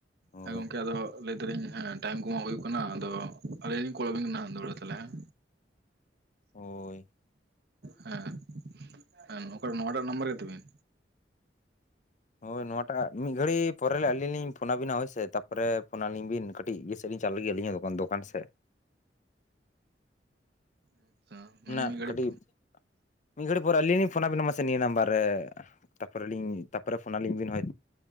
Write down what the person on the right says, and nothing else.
ᱦᱮᱸ ᱜᱚᱝᱠᱮ ᱟᱫᱚ ᱞᱟᱹᱭ ᱫᱟᱞᱤᱧ ᱦᱮᱸ ᱴᱟᱭᱤᱢ ᱠᱚᱢᱟ ᱦᱩᱭᱩᱜ ᱠᱟᱱᱟ ᱟᱫᱚ ᱟᱹᱞᱤᱧ ᱞᱤᱧ ᱠᱚᱞ ᱟᱵᱤᱱ ᱠᱟᱱᱟ ᱫᱚᱲᱦᱟ ᱛᱟᱞᱦᱮ ᱦᱮᱸ
ᱦᱮᱸ ᱦᱮᱸ ᱱᱚᱠᱟ ᱱᱚᱣᱟᱴᱟᱜ ᱱᱟᱢᱵᱟᱨ ᱜᱮᱛᱟᱹᱵᱤᱱ᱾
ᱟᱪᱪᱷᱟ ᱢᱟᱱᱮ
ᱢᱤᱫ ᱜᱷᱟᱹᱲᱤᱡ